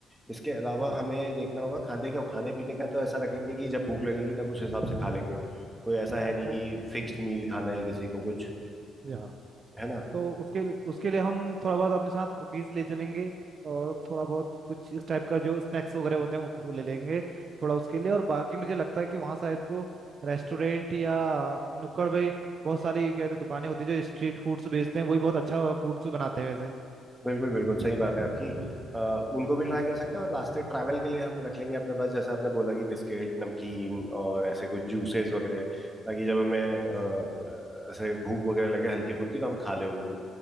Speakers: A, in the centre; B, on the right.
A: इसके अलावा
B: हाँ
A: हमें देखना होगा खाने का खाने पीने का तो ऐसा रखेंगे कि जब भूख लगेगी तब उस हिसाब से खा लेंगे कोई ऐसा है नहीं
B: को
A: कि फिक्स्ड मील खाना है किसी को कुछ
B: यहाँ
A: है ना
B: तो उसके उसके लिए हम थोड़ा बहुत अपने साथ कुकीज ले चलेंगे और थोड़ा बहुत कुछ इस टाइप का जो स्नैक्स वगैरह होते हैं वो वो ले लेंगे थोड़ा उसके लिए और बाकी मुझे लगता है कि वहाँ शायद को रेस्टोरेंट या नुक्कड़ भाई बहुत सारी कहते दुकानें होती है जो स्ट्रीट फूड्स बेचते हैं वो भी बहुत अच्छा फूड्स बनाते हैं वैसे
A: बिल्कुल बिल्कुल सही बात है आपकी आ, उनको भी ट्राई कर सकते हैं और रास्ते ट्रैवल के लिए हम रख लेंगे अपने पास जैसा आपने बोला कि बिस्किट नमकीन और ऐसे कुछ जूसेस वगैरह ताकि जब हमें अ, ऐसे भूख वगैरह लगे हल्की फुल्की तो हम खा लें उनको